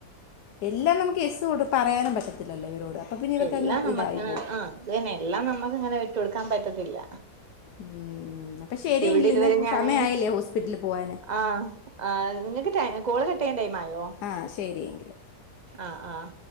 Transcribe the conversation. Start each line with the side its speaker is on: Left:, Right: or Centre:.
Left: എല്ലാം നമുക്ക് എസ് കൊടു പറയാനും പറ്റത്തില്ലല്ലോ ഇവരോട് അപ്പൊ പിന്നെ ഇവർക്കങ്ങ്
Right: എല്ലാം നമ്മക്ക്
Left: ഇതായി
Right: ആഹ്
Left: പോകും
Right: ആഹ് അത് തന്നെ എല്ലാം നമ്മുക്ക്ങ്ങനെ വിട്ടു കൊടുക്കാൻ പറ്റത്തില്ല
Left: ഉം അപ്പൊ ശരിയെങ്കിൽ
Right: ഇവിടെ ഇതുവരെ
Left: ഇന്ന്
Right: ഞാനങ്ങനെ
Left: സമയായില്ലേ ഹോസ്പിറ്റലിൽ പോവാന്
Right: ആഹ് ആഹ് ങ്ങക്ക് ട്ടെ കോള് കട്ടയ്യാൻ ടൈം ആയോ
Left: ആഹ് ശരിയെങ്കിൽ
Right: ആഹ് ആഹ്